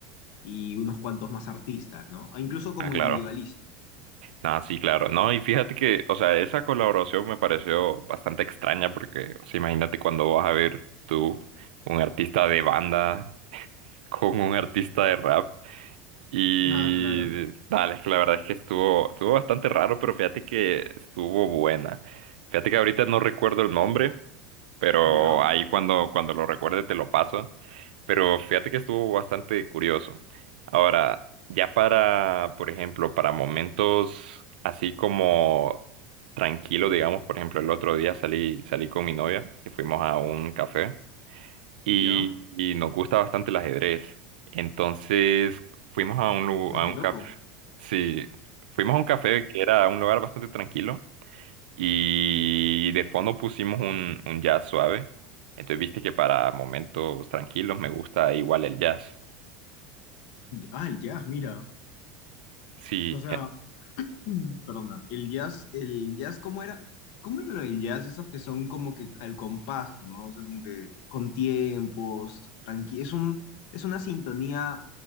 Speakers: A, on the left; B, on the right.
A: y unos cuantos más artistas, ¿no? Ah, incluso como
B: Ah, claro.
A: individualista.
B: Nada, sí, claro. No, y fíjate que, o sea, esa colaboración me pareció bastante extraña porque, o sea, imagínate cuando vas a ver tú un artista de banda con un artista de rap. Y
A: Ah, claro.
B: dale, es que la verdad es que estuvo, estuvo bastante raro, pero fíjate que estuvo buena. Fíjate que ahorita no recuerdo el nombre, pero
A: Ya,
B: ahí cuando, cuando lo recuerde te lo paso. Pero fíjate que estuvo bastante curioso. Ahora, ya para, por ejemplo, para momentos así como tranquilo, digamos, por ejemplo, el otro día salí, salí con mi novia y fuimos a un café y,
A: ya.
B: y nos gusta bastante el ajedrez. Entonces fuimos a un, lu-
A: Ah,
B: a
A: qué
B: un
A: loco.
B: café, sí, fuimos a un café que era un lugar bastante tranquilo y de fondo pusimos un, un jazz suave. Entonces viste que para momentos tranquilos me gusta igual el jazz.
A: Ah, ya, mira.
B: Sí,
A: O sea,
B: eh,
A: <clears throat> Perdona, el jazz, el jazz, ¿cómo era? ¿Cómo era lo del jazz? Esos que son como que al compás, ¿no? O sea, como que con tiempos, tranqui, es un, es una sintonía